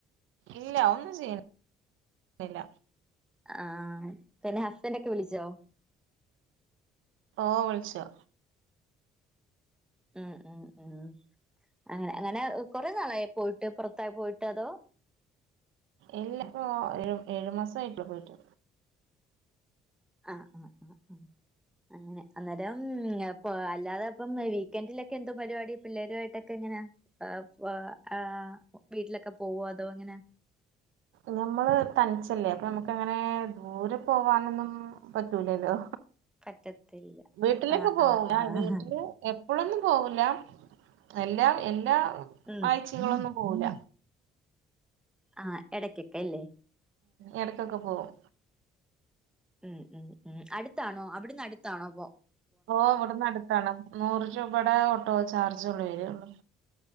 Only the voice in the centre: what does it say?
ആഹ് പിന്നെ ഹസ്ബൻ്റൊക്കെ വിളിച്ചോ
ഉം ഉം ഉം അങ്ങനെ അങ്ങനെ കൊറേ നാളായോ പോയിട്ട് പൊറത്ത് പോയിട്ട് അതോ-
ആഹ് ആഹ് ആഹ് ആഹ് അങ്ങനെ അന്നേരം അപ്പോ അല്ലാതെ അപ്പം വീക്കെൻഡിലൊക്കെ എന്തോ പരിപാടി പിള്ളേരുവായിട്ടൊക്കെ എങ്ങനാ അപ്പോ ആ വീട്ടിലൊക്കെ പോവോ അതോ ഇങ്ങനെ
പറ്റത്തില്ല
ആഹ്
ആഹ് ആഹ്
ഉം
ആഹ് എടയ്ക്കൊക്കെ അല്ലേ
ഉം ഉം ഉം അടുത്താണോ അവിടുന്ന് അടുത്താണോ അപ്പോ